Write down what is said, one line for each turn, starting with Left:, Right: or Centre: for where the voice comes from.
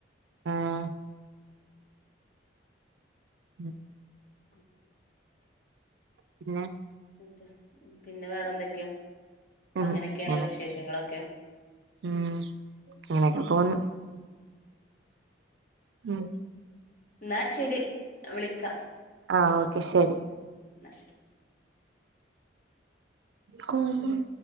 Right: ആഹ് <inaudible>
Left: <inaudible>
Right: പിന്നെ
Left: മ റ്റ പിന്നെ വേറെ എന്തൊക്കെയാ അപ്പൊ
Right: ഉം
Left: അങ്ങനെയൊക്കെയണുള്ള
Right: അങ്ങനെ
Left: വിശേഷങ്ങളൊക്കെ
Right: ഉം ഇങ്ങനെയൊക്കെ പോന്നു ഉം
Left: എന്നാ ശെരി വിളിക്കാം
Right: ആ ഓക്കെ ശരി
Left: ന്നാ ശരി
Right: കോമൺ